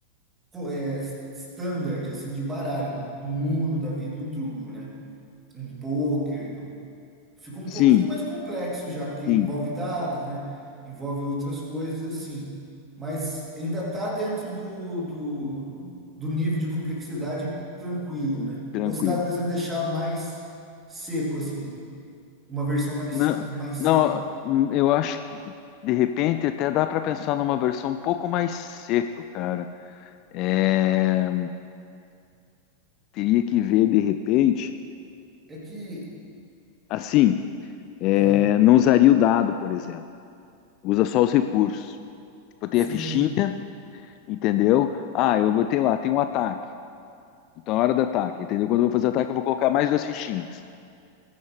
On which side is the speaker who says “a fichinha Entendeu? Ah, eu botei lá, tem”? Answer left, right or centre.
Left